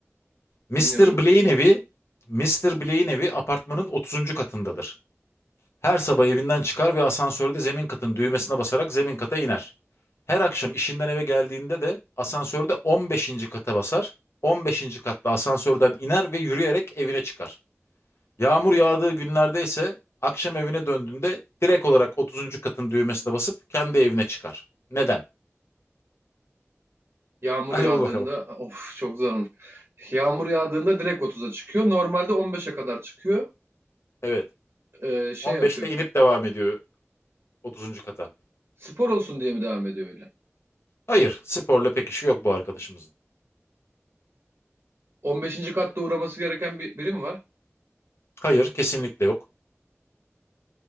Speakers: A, on the left; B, on the right.
A: Mr.
B: Dinliyorum.
A: Blaine evi, Mr. Blaine evi apartmanın otuzuncu katındadır. Her sabah evinden çıkar ve asansörde zemin katın düğmesine basarak zemin kata iner. Her akşam işinden eve geldiğinde de asansörde 15. kata basar. 15. katta asansörden iner ve yürüyerek evine çıkar. Yağmur yağdığı günlerde ise akşam evine döndüğünde direkt olarak otuzuncu katın düğmesine basıp kendi evine çıkar. Neden?
B: Yağmur
A: Hadi
B: yağdığında
A: bul bakalım.
B: of çok zor olur. Yağmur yağdığında direkt otuza çıkıyor. Normalde 15'e kadar çıkıyor.
A: Evet.
B: Ee, şey
A: 15'te
B: yapıyor.
A: inip devam ediyor otuzuncu kata.
B: Spor olsun diye mi devam ediyor öyle?
A: Hayır, sporla pek işi yok bu arkadaşımızın.
B: 15. katta uğraması gereken bir birim var.
A: Hayır, kesinlikle yok.